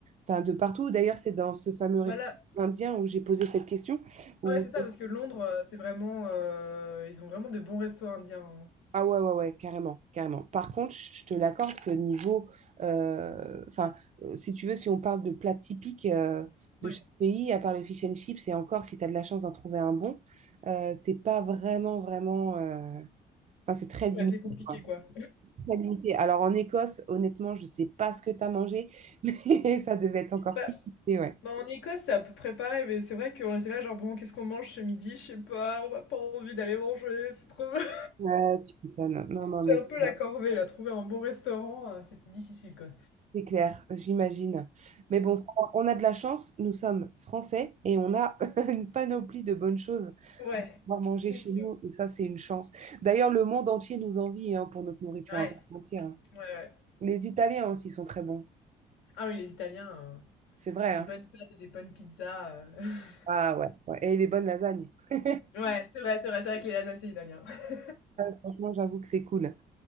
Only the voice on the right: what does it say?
enfin, de partout. D'ailleurs, c'est dans ce fameux restaurant
indien où j'ai posé cette question, où
Ah ouais, ouais, ouais, carrément, carrément. Par contre, je je te l'accorde que niveau, euh, enfin, euh, si tu veux, si on parle de plats typiques euh, de
chaque pays, à part le fish and chips, et encore, si tu as de la chance d'en trouver un bon, euh, t'es pas vraiment, vraiment... euh, Enfin, c'est très limité,
quoi.
Très limité. Alors, en Écosse, honnêtement, je sais pas ce que tu as mangé, <laughs> mais ça devait être encore
plus limité, ouais.
Ouais, tu m'étonnes. Non, non,
mais...
c'est
C'est clair, j'imagine. Mais bon, ça, va, on a de la chance, nous sommes français et on a <laughs> une panoplie de bonnes choses
à pouvoir manger
chez
nous. Et ça, c'est une chance. D'ailleurs, le monde entier nous envie hein, pour notre nourriture
à part entière, hein.
Les Italiens aussi sont très bons.
C'est vrai,
hein.
Ah ouais, ouais. Et les bonnes lasagnes. <laughs>
Franchement, j'avoue que c'est cool.